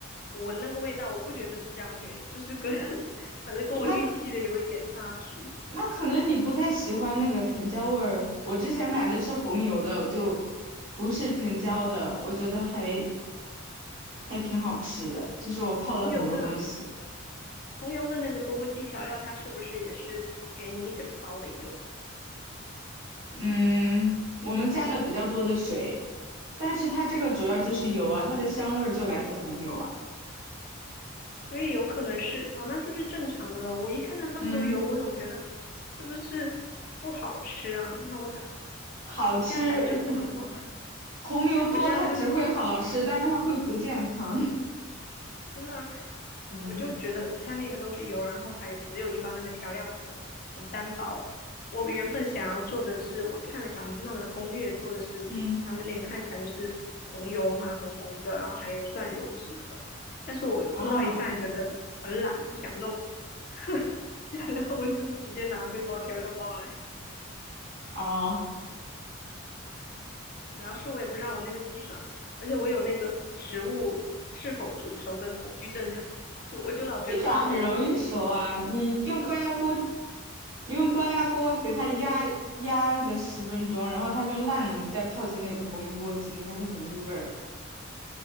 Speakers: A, on the left; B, on the right.
A: 我闻那个味道，我不觉得香诶，就是跟 <laughs> 反正跟我预期的有一点差距。
B: 那。那可能你不太喜欢那个藤椒味儿。我之前买的是红油的，就不是藤椒的，我觉得还还挺好吃的。就是我泡了很多东西，
A: 红油的红油的那个钵钵鸡调料，它是不是也是给你一整包的油？
B: 嗯，我们加了比较多的水，但是它这个主要就是油啊，它的香味儿就来自红油啊。
A: 所以有可能是哦，那就是正常的咯。我一看它那么多油，
B: 嗯，
A: 我总觉得是不是不好吃啊？那我咋？
B: 好吃，
A: 我现在反正就是很慌，
B: <laughs>
A: <laughs>
B: 红油多它只会好吃，
A: 我现在就是
B: 但是它会不健康。
A: 真的，
B: <laughs> 嗯
A: 我就觉得它那个都是油，然后还有只有一包那个调料粉，很单薄。我原本想要做的是，我看了小红书上的攻略，做的是他们那个看起来就是红油嘛，
B: 嗯
A: 红红的，然后还有蒜蓉什么的。但是我做到一半觉得很懒，
B: 啊
A: 不想弄，<laughs> 然后我就直接拿出一包调料包来。
B: 哦。
A: 主要是我也不知道我那个鸡爪，而且我有那个食物是否煮熟的恐惧症，<laughs> 我就老觉得不熟，
B: 鸡爪很容易熟啊，
A: 我就疯狂煮。
B: 你用高压锅，你用高压锅给它压压个十分钟，然后它就烂了，你再泡进那个红油锅鸡里，它就很入味儿，